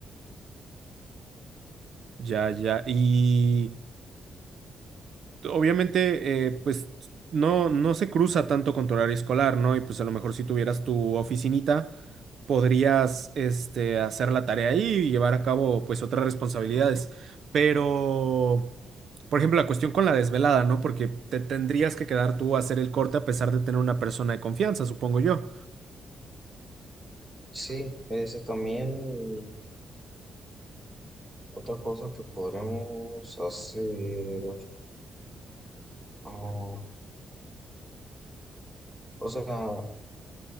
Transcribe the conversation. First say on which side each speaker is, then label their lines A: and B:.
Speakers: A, on the right; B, on the right.
A: Ya, ya. Y obviamente, eh, pues no, no se cruza tanto con tu horario escolar, ¿no? Y pues a lo mejor si tuvieras tu oficinita, podrías este, hacer la tarea ahí y llevar a cabo pues otras responsabilidades. Pero, por ejemplo, la cuestión con la desvelada, ¿no? Porque te tendrías que quedar tú a hacer el corte a pesar de tener una persona de confianza, supongo yo.
B: Sí, ese también. Otra cosa que podremos hacer, ah, o sea,